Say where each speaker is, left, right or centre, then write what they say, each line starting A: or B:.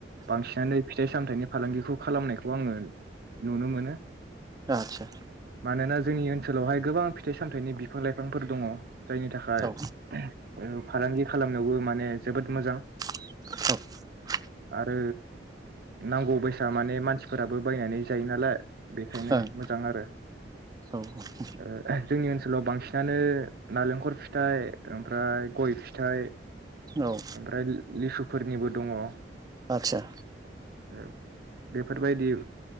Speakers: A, on the right; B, on the right.
A: बांसिनानो फिथाइ सामथाइनि फालांगिखौ खालामनायखौ आङो नुनो मोनो
B: आदसा
A: मानोना जोंनि ओनसोलावहाय गोबां फिथाइ सामथाइनि बिफां लाइफांफोर दङ। जायनि थाखाय
B: औ
A: <unintelligible> ओफालांगि खालामनायावबो माने जोबोद मोजां।
B: <unintelligible>
A: आरो नांगौ बैसा माने मानसिफोराबो बायनानै जायो नालाय। बेखायनो
B: ओं
A: मोजां आरो
B: औ
A: ओ जोंनि ओनसोलाव बांसि आनो नालेंखर फिथाइ ओमफ्राय गय फिथाइ
B: औ
A: ओमफ्राय लिसु फोरनिबो दङ। <inaudible>
B: आदसा
A: बेफोरबायदि ओ